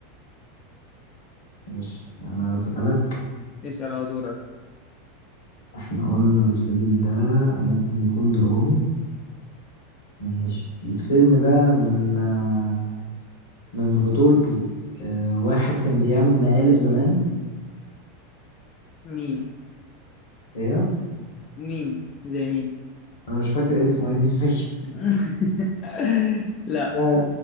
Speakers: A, on the left; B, on the left.
A: ماشي انا اسالك
B: اسأل أهو دورك
A: احنا قلنا الفيلم ده ممكن يكون درامي ماشي الفيلم ده من آه، من بطولته آه، واحد كان بيعمل مقالب زمان
B: مين
A: ايه
B: مين زي مين
A: انا مش فاكر اسمه هي دي الفكره
B: <laughs> لا
A: <laughs> آه،